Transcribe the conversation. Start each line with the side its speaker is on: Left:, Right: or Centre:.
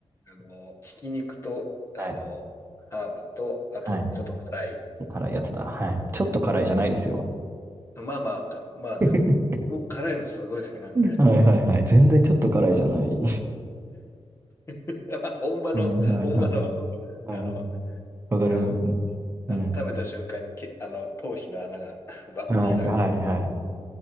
Left: あの、ひき肉と、あの、
Right: はい。
Left: ハーブと、あと、
Right: はい。
Left: ちょっと辛い。
Right: 辛いやつだ。はい。ちょっと辛いじゃないですよ。
Left: まあまあ、かまあでも、
Right: <laughs>
Left: 僕辛いのすごい好きなんで、
Right: はいはいはい。全然ちょっと辛いじゃない。
Left: あの、まあ、<laughs> まあ本場の、
Right: <laughs> はいはいはい。
Left: 本場のはそうかもしれない。
Right: はいはい。
Left: あの、
Right: わかります。
Left: うん。
Right: うん。
Left: あの、食べた瞬間にけ、あの、頭皮の穴が <laughs> バッと開く。
Right: はいはいはい。